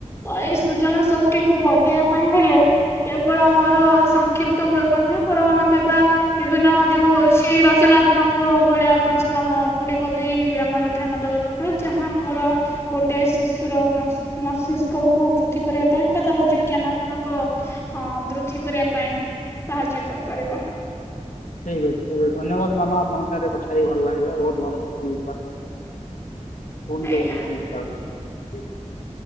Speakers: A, on the left; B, on the left.
A: ତ ଏଇ ସୂଚନ ଶକ୍ତି କୁ ବଢେଇବା ପାଇଁ ହେଲେ କେବଳ ଆମର ସଂକ୍ଷିପ୍ତ ମୂଳକ ନୁହେଁ ଫର ଆମେ ଅବା ବିଭିନ୍ନ ଯୋଉ ଅଛି ରଚନାତ୍ମକ ଭଳିଆ ପ୍ରଶ୍ନ ଗୁଡ଼ି ବି ଆମର ଧ୍ୟାନ ଦବା ଦରକାର ଯାହା ଆମର ଗୋଟେ ଶିଶୁର ମ ମସ୍ତିଷ୍କକୁୁ ବୃଦ୍ଧି କରିବା ପାଇଁ ବା ତାର ଯୋଉ ଜ୍ଞାନାତ୍ମକ ଅ ବୃଦ୍ଧି କରିବା ପାଇଁ ସାହାଯ୍ୟ କରିପାରିବ।
B: ଠିକ୍ ଅଛି ଧନ୍ୟବାଦ ମାନ ଆପଙ୍କ ସାଙ୍ଗରେ କଥା ହେଇକି ଭଲ ଲାଗିଲା ବହୁତ ଭଲ
A: <unintelligible>
B: କଣି
A: ଆଜ୍ଞା
B: କେବ <inaudible>